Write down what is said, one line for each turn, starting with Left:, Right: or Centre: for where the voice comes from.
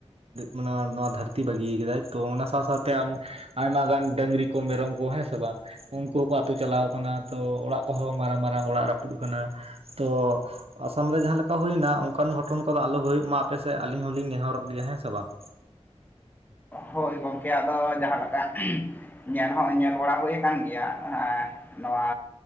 Right: ᱱᱚᱣᱟ ᱫᱷᱟᱹᱨᱛᱤ ᱵᱟᱹᱜᱤ ᱠᱟᱫᱟᱭ ᱛᱚ ᱚᱱᱟ ᱥᱟᱶ ᱥᱟᱶᱛᱮ ᱟᱢ ᱟᱭᱢᱟ ᱜᱟᱱ ᱰᱟᱝᱨᱤ ᱠᱚ ᱢᱮᱨᱚᱢ ᱠᱚ ᱦᱮᱸ ᱥᱮ ᱵᱟᱝ ᱩᱝᱠᱩ ᱦᱚᱸᱠᱚ ᱟᱛᱩ ᱪᱟᱞᱟᱣ ᱠᱟᱱᱟ, ᱛᱚ ᱚᱲᱟᱜ ᱠᱚᱦᱚᱸ ᱢᱟᱨᱟᱝ ᱢᱟᱨᱟᱝ ᱚᱲᱟᱜ ᱨᱟᱹᱯᱩᱫ ᱠᱟᱱᱟ ᱛᱚ ᱟᱥᱟᱢ ᱨᱮ ᱡᱟᱦᱟᱸ ᱞᱮᱠᱟ ᱦᱩᱭᱱᱟ ᱚᱝᱠᱟᱱ ᱜᱷᱚᱴᱚᱱ ᱠᱚᱫᱚ ᱟᱞᱚ ᱦᱳᱭᱳᱜ ᱢᱟ ᱟᱯᱮ ᱥᱮᱫ ᱟᱹᱞᱤᱧ ᱦᱚᱞᱤᱧ ᱱᱮᱦᱚᱨᱚᱜ ᱜᱮᱭᱟ ᱦᱮᱸᱥᱮ ᱵᱟᱝ᱾
Left: ᱦᱳᱭ ᱜᱚᱝᱠᱮ ᱟᱫᱚ ᱡᱟᱦᱟᱸ ᱞᱮᱠᱟ ᱧᱮᱞ ᱦᱚᱸ ᱧᱮᱞ ᱵᱟᱲᱟ ᱦᱳᱭ ᱠᱟᱱ ᱜᱮᱭᱟ ᱮᱸ ᱱᱚᱣᱟ